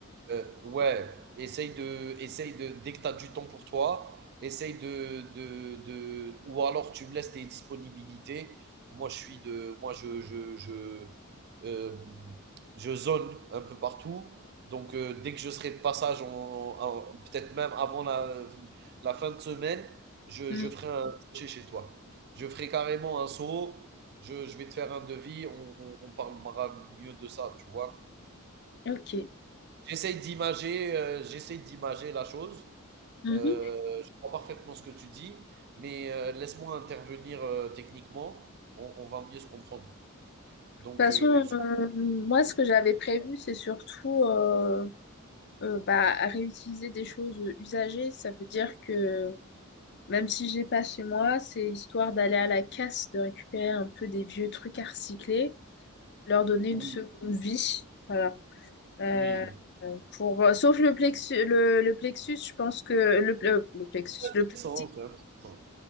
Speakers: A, on the right; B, on the left.
A: Euh, ouais, essaye de, essaye de, dès que tu as du temps pour toi, essaye de, de, de, ou alors tu me laisses tes disponibilités. Moi, je suis de, moi, je, je, je, euh, je zone un peu partout. Donc, euh, dès que je serai de passage, en- en- peut-être même avant la, la fin de semaine, je,
B: oui,
A: je ferai un crochet chez toi. Je ferai carrément un saut. Je, je vais te faire un devis. On, on, on parlera mieux de ça, tu vois.
B: ok.
A: J'essaye d'imager, heu, j'essaye d'imager la chose.
B: Mhm.
A: Heu,
B: De toute
A: je vois parfaitement ce que tu dis, mais heu, laisse-moi intervenir, heu, techniquement, on on va mieux se comprendre. Donc
B: façon,
A: heu, sur
B: euh, moi, ce que j'avais prévu, c'est surtout euh, euh, bah, à réutiliser des choses usagées. Ça veut dire que Même si j'ai pas chez moi, c'est histoire d'aller à la casse, de récupérer un peu des vieux trucs à recycler, leur donner
A: oui,
B: une seconde vie. Voilà. Euh,
A: oui,
B: euh, pour... bon, sauf le plexus, le, le plexus, je pense que le, le, le plexus,
A: intéressant,
B: le, plexi-
A: c'est intéressant.